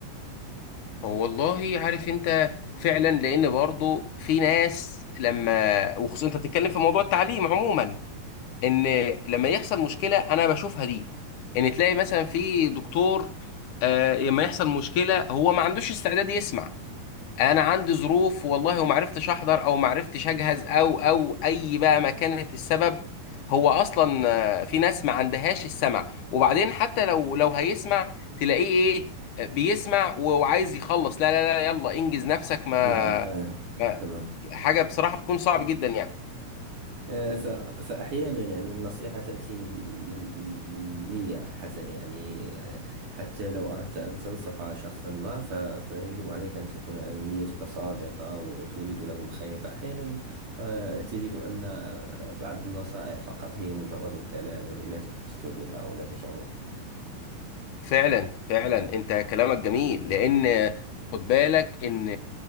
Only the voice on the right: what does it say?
نعم آه،
تمام
آه، ف- فأحيانا يعني النصيحة تأتي من من من من نية حسنة يعني آه، حتى لو أردت أن تنصح شخصا ما ف- فيجب عليك أن تكون يعني نيتك صادقة وتريد له الخير فأحيانا آه، تجد أن آه، بعض النصائح فقط هي مجرد كلام يعني لا تحس بها ولا تشعر بها